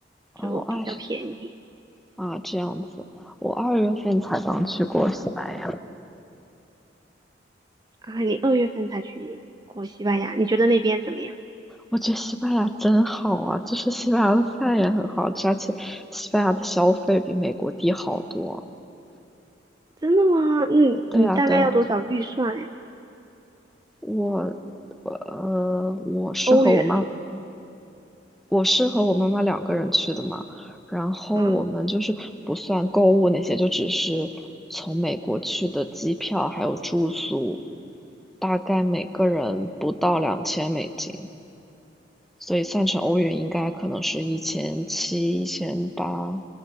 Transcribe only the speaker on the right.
就比较便宜
啊。你二月份才去过西班牙，你觉得那边怎么样？
真的吗？嗯，
你大概要多少预算呀？
欧元？
啊。